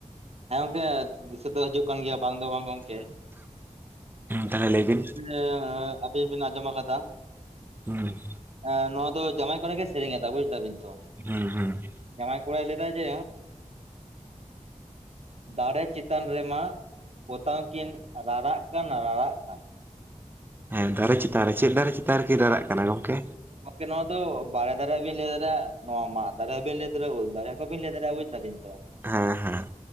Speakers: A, on the right; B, on the right.
A: ᱦᱮᱸ ᱜᱚᱝᱠᱮ ᱫᱤᱥᱟᱹ ᱫᱚ ᱦᱤᱡᱩᱜ ᱠᱟᱱ ᱜᱮᱭᱟ ᱵᱟᱝ ᱫᱚ ᱵᱟᱝ ᱜᱚᱝᱠᱮ,
B: ᱛᱟᱦᱞᱮ ᱞᱟᱹᱭ ᱵᱤᱱ,
A: ᱮᱸ ᱟᱵᱤᱱ ᱵᱤᱱ ᱟᱸᱡᱚᱢ ᱟᱠᱟᱫᱟ,
B: ᱦᱩᱸ ᱦᱩᱸ᱾
A: ᱮ ᱱᱚᱣᱟ ᱫᱚ ᱡᱟᱢᱟᱭ ᱠᱚᱲᱟ ᱜᱮ ᱥᱮᱨᱮᱧ ᱮᱫᱟ ᱵᱩᱡ ᱫᱟᱵᱤᱱ ᱛᱚ᱾
B: ᱦᱩᱸ ᱦᱩᱸ᱾
A: ᱡᱟᱣᱟᱸᱭ ᱠᱚᱲᱟᱭ ᱞᱟᱹᱭᱟᱫᱟ ᱡᱮ ᱫᱟᱲᱮ ᱪᱮᱛᱟᱱ ᱨᱮᱢᱟ ᱯᱚᱛᱟᱢ ᱠᱤᱱ ᱨᱟᱨᱟᱜ ᱠᱟᱱ ᱱᱟ ᱨᱟᱨᱟᱜ ᱠᱟᱱ᱾
B: ᱦᱮᱸ ᱫᱟᱨᱮ ᱪᱮᱛᱟᱱ ᱨᱮ ᱪᱮᱫ ᱫᱟᱨᱮ ᱪᱮᱛᱟᱱ ᱨᱮᱠᱤᱱ ᱨᱟᱨᱟᱜ ᱠᱟᱱᱟ ᱜᱚᱝᱠᱮ?
A: ᱜᱚᱝᱠᱮ ᱱᱚᱣᱟ ᱫᱚ ᱵᱟᱲᱮ ᱫᱟᱨᱮ ᱦᱚᱸ ᱵᱤᱱ ᱞᱟᱹᱭ ᱫᱟᱲᱮᱜᱼᱟ, ᱱᱚᱣᱟ ᱢᱟᱜ ᱫᱟᱨᱮ ᱦᱚᱸ ᱵᱤᱱ ᱞᱟᱹᱭ ᱫᱟᱲᱮᱜᱼᱟ ᱩᱞ ᱫᱟᱨᱮ ᱦᱚᱸ ᱠᱚ ᱵᱤᱱ ᱞᱟᱹᱭ ᱫᱟᱲᱮᱜᱼᱟ, ᱵᱩᱡᱽ ᱫᱟᱵᱤᱱ ᱛᱚ᱾
B: ᱦᱮᱸ ᱦᱮᱸ᱾